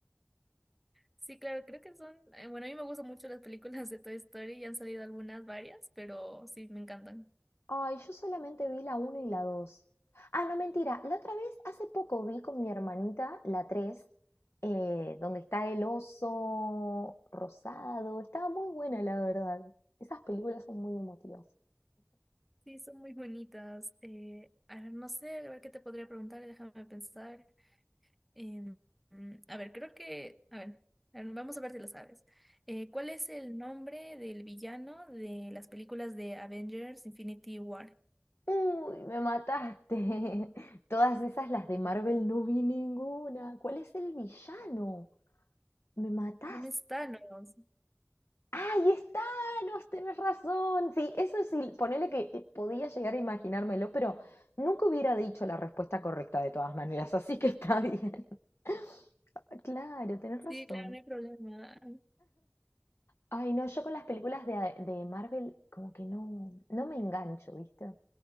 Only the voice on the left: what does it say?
Ay, yo solamente vi la uno y la 2. Ah, no, mentira. La otra vez, hace poco vi con mi hermanita la 3, eh, donde está el oso rosado. Estaba muy buena, la verdad. Esas películas son muy emotivas.
Uy, me mataste. <laughs> Todas esas, las de Marvel, no vi ninguna. ¿Cuál es el villano? Me mataste.
¡Ay, es Thanos! Tenés razón. Sí, eso sí, ponele que eh, podía llegar a imaginármelo, pero nunca hubiera dicho la respuesta correcta de todas maneras, así que está bien. <laughs> Claro, tenés razón.
Ay, no, yo con las películas de, de Marvel como que no, no me engancho, ¿viste?